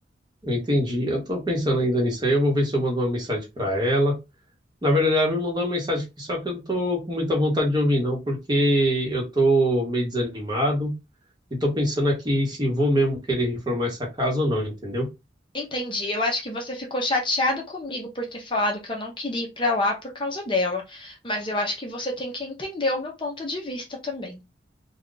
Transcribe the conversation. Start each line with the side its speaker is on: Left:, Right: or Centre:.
Right: Eu entendi. Eu tô pensando ainda nisso aí. Eu vou ver se eu mando uma mensagem pra ela. Na verdade, ela me mandou uma mensagem aqui, só que eu não tô com muita vontade de ouvir, não, porque eu tô meio desanimado e tô pensando aqui se vou mesmo querer reformar essa casa ou não, entendeu?
Left: Entendi. Eu acho que você ficou chateada comigo por ter falado que eu não queria ir pra lá por causa dela, mas eu acho que você tem que entender o meu ponto de vista também.